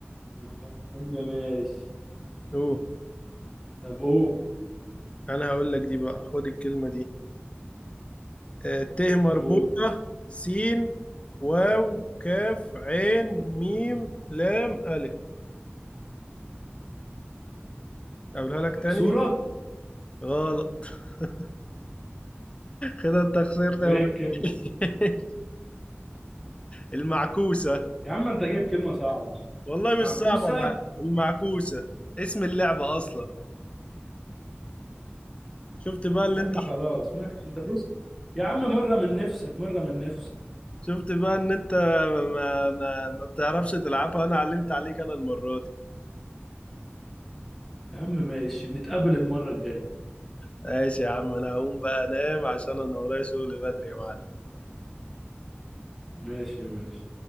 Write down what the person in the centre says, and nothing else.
يا عم ماشي
طب قول
قول
مكسورة
طب
ايه
الكلمة
يا عم انت جايب كلمة صعبة
معكوسة
يا عم
خلاص ماشي انت بص يا عم مرة من نفسك مرة من نفسك
يا عم ماشي نتقابل المرة الجاية
ماشي يا باشا